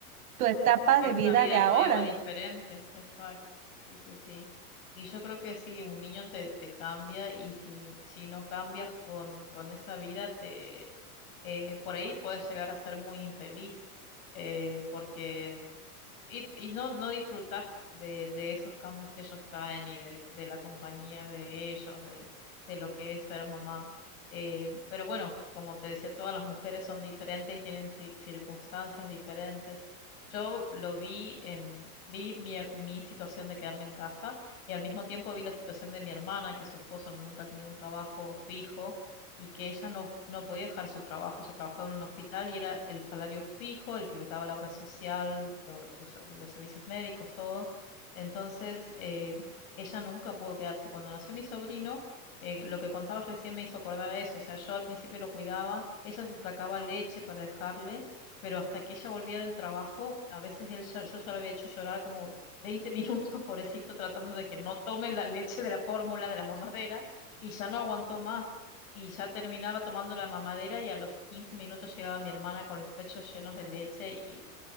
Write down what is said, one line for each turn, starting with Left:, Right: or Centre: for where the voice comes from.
Right: tu etapa
Left: que
Right: de
Left: es
Right: vida
Left: una vida
Right: de ahora.
Left: nueva, diferente. Exacto. Sí, sí, sí. Y yo creo que sí, un niño te, te cambia y si, n- si no cambias con, con esa vida, te, eh, por ahí puedes llegar a ser muy infeliz, eh, porque Y, y no, no disfrutas de, de esos cambios que ellos traen y de, de la compañía de ellos, de, de lo que es ser mamá. Eh, pero bueno, como te decía, todas las mujeres son diferentes y tienen ci- circunstancias diferentes. Yo lo vi, em, vi mi, mi situación de quedarme en casa y al mismo tiempo vi la situación de mi hermana, que su esposo nunca tenía un trabajo fijo y que ella no, no podía dejar su trabajo. Ella trabajaba en un hospital y era el salario fijo, el que les daba la obra social, lo- los, los servicios médicos, todo. Entonces, eh, ella nunca pudo quedarse. Cuando nació mi sobrino, eh, lo que contabas recién me hizo acordar a eso. O sea, yo al principio lo cuidaba, ella se sacaba leche para dejarle, pero hasta que ella volvía del trabajo, a veces él ya- yo ya lo había hecho llorar como 20 minutos, <laughs> pobrecito, tratando de que no tome la leche de la fórmula de la mamadera y ya no aguantó más. Y ya terminaba tomando la mamadera y a los 15 minutos llegaba mi hermana con los pechos llenos de leche y,